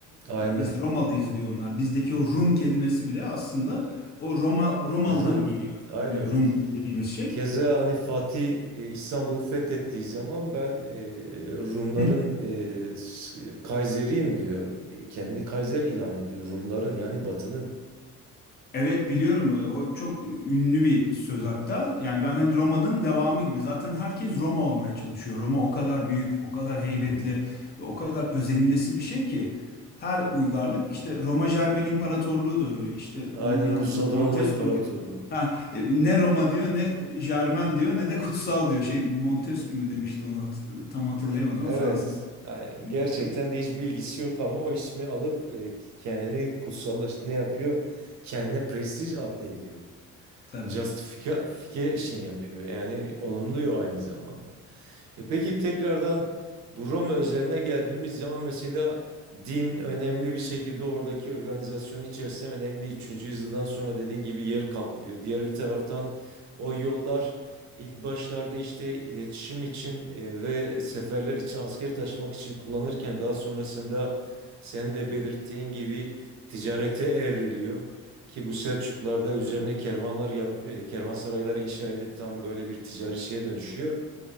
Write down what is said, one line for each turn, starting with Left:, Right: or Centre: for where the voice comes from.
Right: Aynen.
Left: yani biz Romalıyız diyor onlar. Bizdeki o Rum kelimesi bile aslında o Roma Romalı'dan
Right: Rum,
Left: geliyor.
Right: aynen.
Left: Hani Rum dediğimiz şey.
Right: Keza hani Fatih e, İstanbul'u fethettiği zaman ben e, Rumların
Left: Hı.
Right: e, s- Kaiseriyim diyor. E, Kendini Kaiser ilan ediyor. Rumların yani Batı'nın.
Left: Evet biliyorum. O çok ünlü bir söz hatta. Yani ben hani Roma'nın devamı gibi. Zaten herkes Roma olmaya çalışıyor. Roma o kadar büyük, o kadar heybetli
Right: Hı hı.
Left: ve o kadar özenilesi bir şey ki. Her uygarlık işte Roma Jermen İmparatorluğu da öyle. İşte
Right: Aynen
Left: onu diyen
Right: Kutsal Roma
Left: Montesquieu
Right: İmparatorluğu.
Left: muydu? Ha, e, ne Roma diyor ne Jermen diyor ne de kutsal diyor. Şey Montesquieu
Right: E,
Left: mu demişti onu hat- tam hatırlayamadım
Right: e, Evet.
Left: ama Fransız
Right: Yani
Left: düşünür.
Right: gerçekten de hiç bilgisi yok ama o ismi alıp e, kendini kutsallaştı ne yapıyor? Kendine prestij atfediyor.
Left: Tabii.
Right: Justification yapıyor. Yani olumluyor aynı zamanda. E peki tekrardan bu Roma özeline geldiğimiz zaman mesela din önemli bir şekilde oradaki organizasyon içerisinde önemli. 3. yüzyıldan sonra dediğin gibi yer kaplıyor. Diğer bir taraftan o yollar ilk başlarda işte iletişim için e, ve seferler için asker taşımak için kullanırken daha sonrasında sen de belirttiğin gibi ticarete evriliyor. Ki bu Selçuklarda üzerine kervanlar yapıp e, kervansaraylar inşa edip tam böyle bir ticari şeye dönüşüyor.